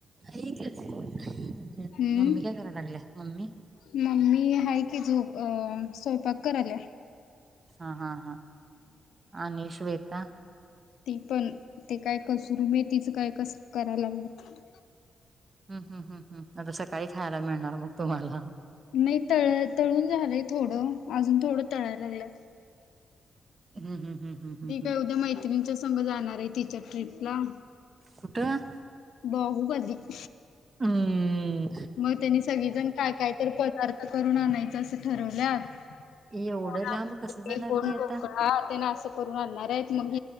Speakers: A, on the right (about 40°); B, on the left (about 80°).
A: ऐकच <inaudible> हम
B: हम्म
A: मम्मी काय कराय लागल्या? मम्मी
B: मम्मी आहे की झोप अ स्वयंपाक कराल्या
A: हा हा हा आणि श्वेता
B: ती पण ते काय? कसूर मेथी तीच काय? कस? कराय लागल्या.
A: हम्म हम् हम् हम आता सकाळी खायला मिळणार मग तुम्हाला
B: नाही तळ तळून झालंय थोडं अजून थोडं तळायला लागलंत
A: हम्म, हम्म, हम्म, हम्म, हम्म,
B: ती काय?
A: हम्म.
B: उद्या मैत्रिणीच्या संग जाणार आहे टीचर ट्रीपला
A: कुठं
B: बाहु उबंदी <inaudible>
A: हंम्
B: मग त्यांनी सगळीजण काय? काय? तर पदार्थ करून आणायचं. असं ठरवल्यात
A: एवढं
B: कोण
A: लांब
B: आप्पे?
A: कसं जाणार
B: कोण
A: ती आता
B: ढोकळा? ते ना असं. करून आणणार आहेत मग